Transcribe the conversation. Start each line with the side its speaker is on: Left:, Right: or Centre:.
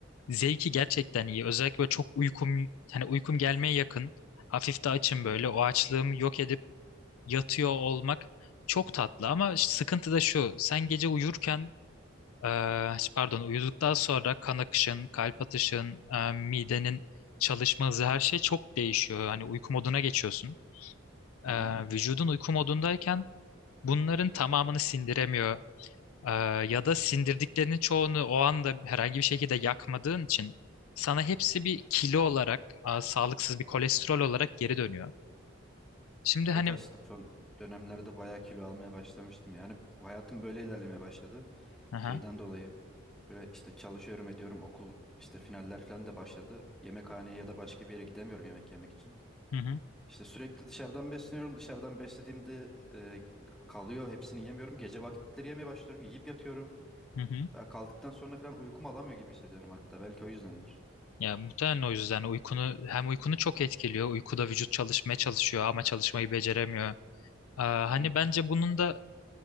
Left: zevki gerçekten iyi. Özellikle böyle çok uykum, hani uykum gelmeye yakın. Hafif de açım böyle. O açlığımı yok edip yatıyor olmak çok tatlı ama sıkıntı da şu. Sen gece uyurken e, pardon uyuduktan sonra kan akışın, kalp atışın, e, midenin çalışma hızı her şey çok değişiyor. Hani uyku moduna geçiyorsun.
Centre: Hı-hı.
Left: E, vücudun uyku modundayken bunların tamamını sindiremiyor. E, ya da sindirdiklerinin çoğunu o anda herhangi bir şekilde yakmadığın için sana hepsi bir kilo olarak, e, sağlıksız bir kolesterol olarak geri dönüyor. Şimdi
Centre: Evet
Left: hani...
Centre: aslında son dönemlerde bayağı kilo almaya başlamıştım. Yani hayatım böyle ilerlemeye başladı.
Left: Aha,
Centre: Şeyden dolayı. Böyle işte çalışıyorum ediyorum okul işte finaller falan da başladı. Yemekhaneye ya da başka bir yere gidemiyorum yemek yemek için.
Left: hı hı,
Centre: İşte sürekli dışarıdan besleniyorum. Dışarıdan beslediğimde e, kalıyor. Hepsini yemiyorum. Gece vakitleri yemeye başlıyorum. Yiyip yatıyorum.
Left: hı hı.
Centre: Ve kalktıktan sonra falan uykumu alamıyor gibi hissediyorum hatta. Belki o yüzdendir.
Left: Ya muhtemelen o yüzden uykunu hem uykunu çok etkiliyor. Uykuda vücut çalışmaya çalışıyor ama çalışmayı beceremiyor. Aa,
Centre: Hı
Left: hani
Centre: hı.
Left: bence bunun da